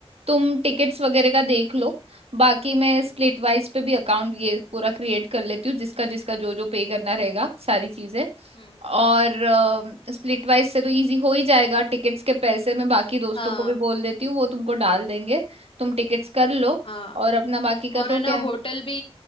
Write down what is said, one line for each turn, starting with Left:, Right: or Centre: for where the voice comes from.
Right: तुम टिकट्स वगैरह का देख लो बाकी मैं
Left: हम्म
Right: स्प्लिट वाइज पे भी अकाउंट ये पूरा क्रिएट कर लेती हूँ जिसका जिसका जो जो पे करना रहेगा सारी चीजें
Left: हम्म
Right: और स्प्लिट वाइज से तो इजी हो ही जाएगा टिकट्स के पैसे मैं बाकी दोस्तों
Left: हाँ
Right: को भी बोल देती हूँ वो तुमको डाल देंगे तुम टिकट्स कर लो
Left: हाँ
Right: और अपना बाकी का
Left: और
Right: तो
Left: है ना
Right: क्या है
Left: होटल भी